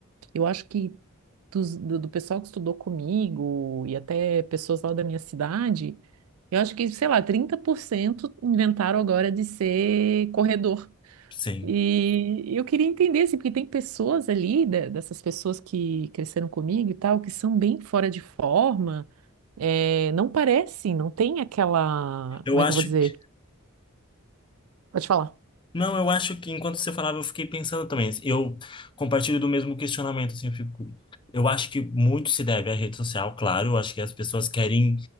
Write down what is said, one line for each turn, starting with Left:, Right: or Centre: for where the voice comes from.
Right: eu acho que dos- do, do pessoal que estudou comigo e até pessoas lá da minha cidade, eu acho que, sei lá, 30% inventaram agora de ser corredor.
Left: sim.
Right: E eu queria entender, assim, porque tem pessoas ali, de- dessas pessoas que cresceram comigo e tal, que são bem fora de forma, é, não parecem, não tem aquela,
Left: Eu
Right: como
Left: acho
Right: é que eu vou dizer?
Left: que,
Right: Pode falar.
Left: não, eu acho que enquanto você falava eu fiquei pensando também. Eu compartilho do mesmo questionamento, assim, eu fico, eu acho que muito se deve à rede social, claro, eu acho que as pessoas querem,